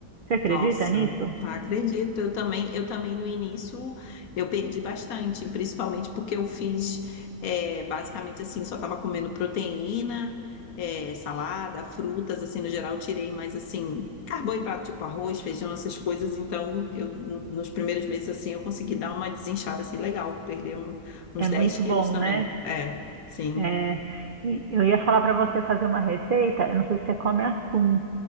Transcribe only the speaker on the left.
Nossa,
acredito. Eu também, eu também no início eu perdi bastante, principalmente porque eu fiz é, basicamente assim, só estava comendo proteína, é, salada, frutas, assim, no geral, tirei mais assim, carboidrato, tipo arroz, feijão, essas coisas. Então, eu no- nos primeiros meses assim eu consegui dar uma desinchada assim legal, perder um- uns
10
quilos
também.
É, sim.